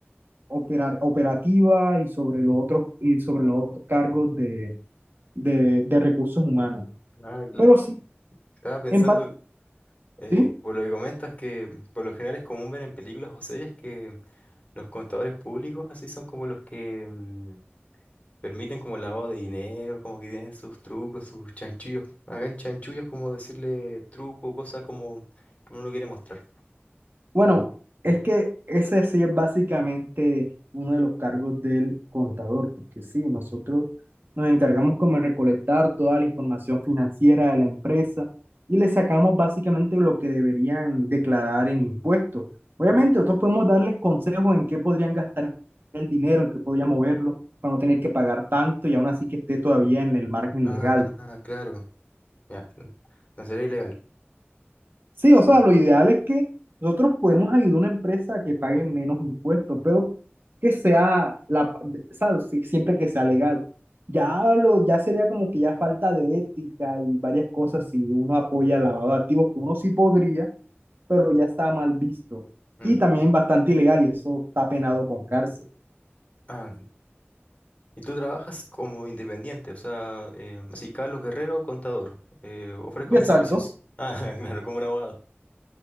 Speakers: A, on the right; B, on the left.
A: operar, operativa y sobre los otros, y sobre los otros cargos de, de, de recursos humanos.
B: ah, cl-
A: Pero sí,
B: estaba pensando,
A: en parte,
B: eh,
A: sí.
B: por lo que comentas, que por lo general es común ver en películas o series que los contadores públicos así son como los que... mm, Permiten como el lavado de dinero, como que tienen sus trucos, sus chanchullos. Hagan chanchullos como decirle truco, cosas como que uno no quiere mostrar.
A: Bueno, es que ese sí es básicamente uno de los cargos del contador, porque sí, nosotros nos encargamos como de recolectar toda la información financiera de la empresa y le sacamos básicamente lo que deberían declarar en impuestos. Obviamente, nosotros podemos darles consejos en qué podrían gastar el dinero, en qué podrían moverlo para no tener que pagar tanto y aún así que esté todavía en el margen
B: Ah,
A: legal.
B: claro. Ya. No no sería ilegal.
A: Sí,
B: Sí.
A: o sea, lo ideal es que nosotros podemos ayudar a una empresa a que pague menos impuestos, pero que sea la, ¿sabes? Sí, Siempre que sea legal. Ya lo, ya sería como que ya falta de ética y varias cosas si uno apoya el lavado de activos, que uno sí podría, pero ya está mal visto.
B: Mm.
A: Y también bastante ilegal y eso está penado con cárcel.
B: Ah, y tú trabajas como independiente, o sea, eh, así, Carlos Guerrero, contador. eh, ofrezco
A: Y
B: mis
A: exacto,
B: servicios. Ah, <laughs> claro, como un abogado.